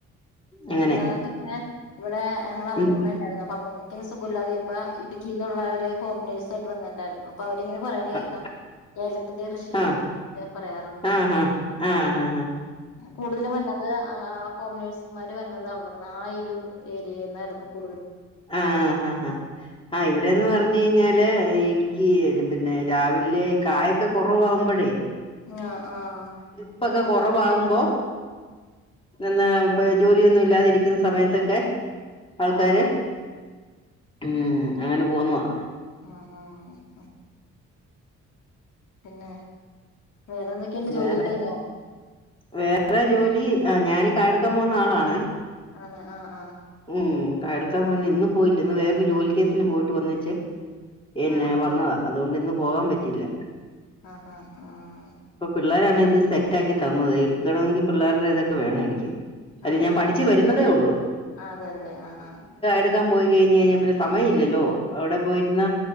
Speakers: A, on the left; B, on the left.
A: അങ്ങനെ
B: ഞങ്ങക്കിങ്ങനെ ഇവടെ ഞങ്ങളെ അമ്മൂമ്മ
A: ഉം
B: ഇണ്ടാരുന്നു അപ്പ അമ്മൂമ്മക്ക് സുഖില്ലാതായപ്പ ഇടുക്കി ള്ളവര് ഹോം നേഴ്സായിട്ട് വന്നിട്ട്ണ്ടാരുന്നു അപ്പൊ അവരിങ്ങനെ പറയണ
A: അ-
B: കേക്കാം. കേരളത്തിന്റെ കൃഷിയും
A: ആ
B: പറയാറുണ്ട്
A: ആഹാ ആഹാ
B: ആഹ് കൂടുതലും വര്ണത് ആഹ് ഹോം നേഴ്സ്മാര് വര്നത് അവിട്ന്നാ. ആ എരു ഏരിയേന്നായ്രുന്നു. കു
A: ആഹ് ഹാ ഹാ ആഹ് ഇവിടേന്ന് പറഞ്ഞു കയിഞ്ഞാ ല് ഇട്ക്കി പിന്നെ രാവിലെ കായൊക്കെ കൊറവാവ്മ്പഴേ
B: ആഹ് ആഹ്
A: പ്പൊക്കെ കൊറവാകുമ്പോ നെന്നേ ഇപ്പഴ് ജോലിയൊന്നും ഇല്ലാതിരിക്കുന്ന സമയത്തൊക്കെ ആൾക്കാര്
B: ആഹ് ഉവ്വ
A: ഊം അങ്ങനെ പോവുന്നതാ.
B: ആഹാ ആഹ് പിന്നെ വേറെ എന്തെക്കെണ്ട്.
A: വേറെ
B: ജോലിയൊക്കഴിഞ്ഞൊ?
A: വേറെ ജോലി ഞാന് കയെടുക്കാൻ പോകുന്ന ആളാണ്
B: ആണ് ആഹ് ആ ഹ്
A: ഉം കായെടുക് ക്കാൻ വന്ന് ഇന്ന് പോയില്ല ഇന്ന് വേറൊരു ജോലി കേസിന് പോയിട്ട് വന്നേച്ചേ എന്നെ
B: ആഹ് ഉവ്വ
A: വന്നതാ അതുകൊണ്ട്ന്ന് പോകാൻ പറ്റില്ല
B: ആഹ് ഹ് ആഹ്
A: പിള്ളോരാണ് ഇത് സെറ്റാക്കി തന്നത് എടുക്കണമെങ്കിൽ പിള്ളേരുടെ ഇതൊക്കെ വേണം എനിക്ക് അല്ല
B: ആഹ്
A: ഞാൻ പഠിച്ചു വരുന്നതേ ഉള്ളൂ
B: അതെ അതെ ആഹ്
A: എടുക്കാൻ പോയി കഴിഞ്ഞയിഞ്ഞാ പിന്നെ സമയില്ലല്ലോ അവിടെ പോയിരുന്ന